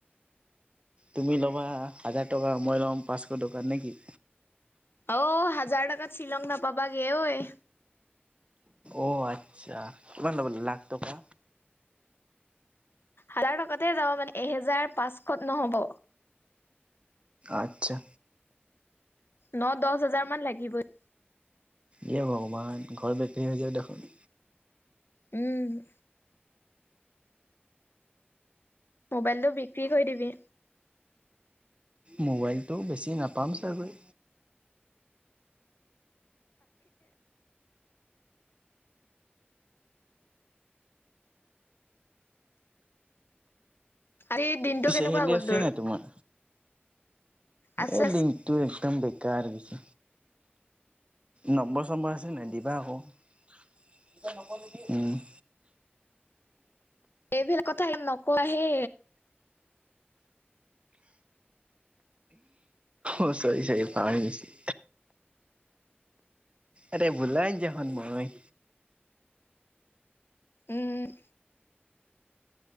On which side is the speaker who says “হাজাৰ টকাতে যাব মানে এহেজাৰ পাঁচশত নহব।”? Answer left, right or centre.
Left